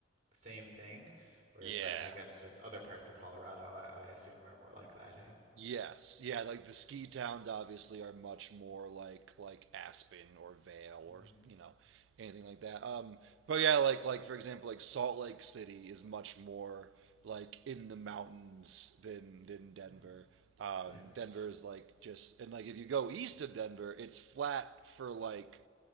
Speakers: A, on the right; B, on the right.
A: same thing, whereas
B: Yeah.
A: I, I guess just other parts of Colorado I, I assume are more like that. Hey.
B: Yes, yeah, like the ski towns obviously are much more like like Aspen or Vale
A: Hmm.
B: or you know anything like that. Um, but yeah, like like for example, like Salt Lake City is much more like in the mountains than than Denver.
A: Hmm.
B: Um,
A: Really?
B: Denver is like just and like if you go east of Denver, it's flat for like